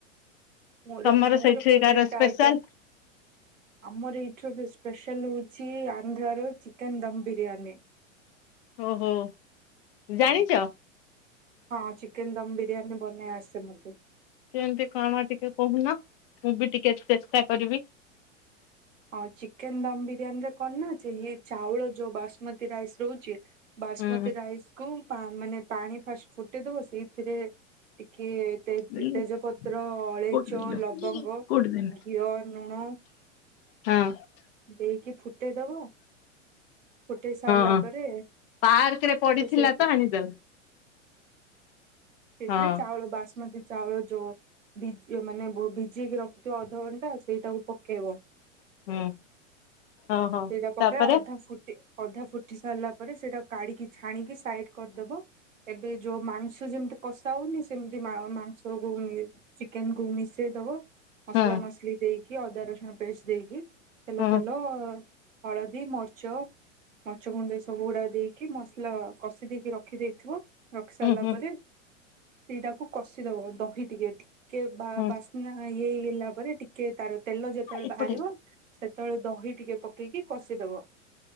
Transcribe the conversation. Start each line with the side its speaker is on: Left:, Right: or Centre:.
Right: ମୋର
Left: ତମର
Right: ମୋର
Left: ସେଇଠିକାର
Right: ଫବ୍ରାଇଟ
Left: ସ୍ପେଶାଲ
Right: ଆଇଟମ, ଆମର ଏଠି ସ୍ପେସିଆଲ ହେଉଛି ଆନ୍ଧ୍ରାର ଚିକେନ୍ ଦମ୍ ବିରିୟାନୀ।
Left: ଓହୋ। ଜାଣିଛ।
Right: ହଁ ହଁ ଚିକେନ ଦମ ବିରିୟାନୀ ବନେଇ ଆସେ ମତେ।
Left: କେମିତି କଣ ଟିକେ କହୁନ, ମୁଁ ବି ଟିକେ ଚେଷ୍ଟା କରିବି।
Right: ଆଉ ଚିକେନ ଦମ ବିରିୟାନୀ ରେ କଣ ନା ଅଛି ଇ ଚାଉଳ ଯୋଉ ବସୁମତୀ ରାଇସ୍ ରହୁଛି ବାସମତୀ
Left: ହୁଁ।
Right: ରାଇସ୍ କୁ ପା ମାନେ ପାଣି ଫାଷ୍ଟ ଫୁଟେ ଦବ ସେ ଏଥିରେ ଟିକିଏ
Left: ଦେଲୁ
Right: ତେଜପତ୍ର, ଅଳେଇଚ,
Left: କୋଉଠି ଦେଲୁ
Right: ଲବଙ୍ଗ,
Left: କୋଉଠି ଦେଲୁ?
Right: ଘିଅ, ଲୁଣ
Left: ହଁ
Right: ଦେଇକି ଫୁଟେଇଦବ, ଫୁଟେଇ ସାରିଲା
Left: ହଁ
Right: ପରେ
Left: ପାର୍କ ରେ ପଡିଥିଲା
Right: ସେ ସେଇଥୁ
Left: ତ ଆଣିଦେଲ
Right: ସେଥିରେ
Left: ହଁ
Right: ଚାଉଳ ବାସୁମତି ଚାଉଳ ଯୋ ମାନ ଭି ଭି ଯିଏକି ରଖିଥିବ ଅଧଘଣ୍ଟା ସେଇଟାକୁ ପକେଇବ।
Left: ହୁଁ। ଓହୋ
Right: ସେଇଟା ପକେଇବା
Left: ତାପରେ
Right: ଅଧା ଫୁଟି ଅଧା ଫୁଟି ସାରିଲା ପରେ ସେଇଟା କାଢିକି ଛାଣିକି ସାଇଡ କରିଦବ, ଏବେ ଯୋଉ ମାଂସ ଯେମିତି କଷା ହଉନି, ସେମତି ମା ମାଂସକୁ ଚିକେନ କୁ ମିଶେଇଦବ ମସଲା
Left: ହଁ
Right: ମସଲି ଦେଇକି କି ଅଦା ରସୁଣ ପେଷ୍ଟ ଦେଇକି ତେଲ
Left: ହଁ
Right: ଫେଲ ହଳଦୀ ମରିଚ ମଚ ଗୁଣ୍ଡ ଏଇ ସବୁଗୁଡା ଦେଇକି ମସଲା କଷି ଦେଇକି ରଖିଦେଇଥିବ। ରଖିସାରିଲା
Left: ହୁଁ ହୁଁ
Right: ପରେ ସେଇଟାକୁ କଷିଦବ ଦହି ଟିକେ ଟିକେ ବା
Left: ହୁଁ।
Right: ବାସ୍ନା ଇଏ ହେଲା ପରେ ଟିକେ ତାର ତେଲ ଯେତେବେଳେ
Left: ଏପଟେ
Right: ବାହାରିବ
Left: ଏପଟେ
Right: ସେତେବେଳେ ଦହି ଟିକେ ପକେଇକି କଷିଦବ।